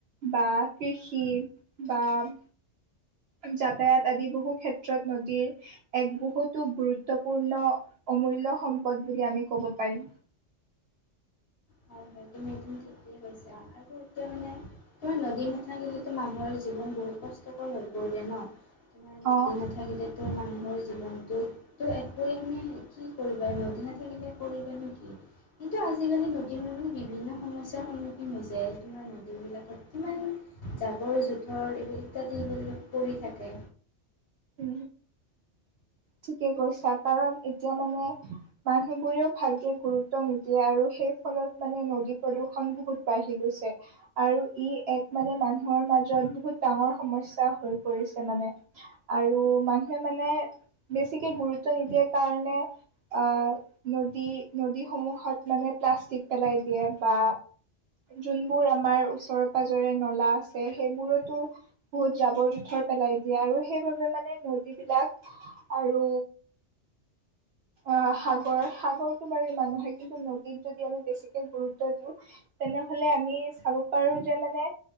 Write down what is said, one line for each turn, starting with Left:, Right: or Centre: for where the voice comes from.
Right: বা কৃষি বা আ যাতায়াত আদি বহু ক্ষেত্ৰত নদীৰ এক বহুতো গুৰুত্বপূৰ্ণ অমূল্য সম্পদ বুলি আমি ক'ব পাৰিম।
Left: হয় হয় তুমি তুমি ঠিকেই কৈছা। আৰু এতিয়া মানে তোমাৰ নদী নাথাকিলেতো মানুহৰ জীৱন বহুত কষ্টকৰ হৈ পৰিব ন? তোমাৰ নদী
Right: অ'
Left: নাথাকিলে তো মানুহৰ জীৱনটোত তো একোৱেই মানে কি কৰিবা? নদি নাথাকিলে কৰিবা নো কি? কিন্তু আজিকালি নদী বিভিন্ন সমস্যাৰ সন্মুখীন হৈছে। তোমাৰ নদী বিলাকত কিমান জাবৰ যোথৰ অ এইবিলাক ইত্যাদি <unintelligible> পৰি থাকে
Right: উ ঠিকে কৈছা। কাৰণ এতিয়া মানে মানুহ বোৰেও ভালকে গুৰুত্ব নিদিয়ে আৰু সেই ফলত মানে নদী প্ৰদূষণ বহুত বাঢ়ি গৈছে। ছে আৰু ই এক মানে মানুহৰ মাজত বহুত ডাঙৰ সমস্যা হৈ পৰিছে মানে। আৰু মানুহে মানে বেছিকে গুৰুত্ব নিদিয়াৰ কাৰণে আহ নদী নদীসমূহত মানে প্লাষ্টিক পেলাই দিয়ে বা যোনবোৰ আমাৰ ওচৰে পাজৰে নলা আছে সেইবোৰতো বহুত জাবৰ জোথৰ পেলাই দিয়ে আৰু সেইবাবে মানে নদীবিলাক আৰু অ সাগৰ সাগৰটো বাৰু ইমান নহয়। কিন্তু নদীত যদি আমি বেছিকে গুৰুত্ব দিওঁ তেনে তেনেহলে আমি চাব পাৰো যে মানে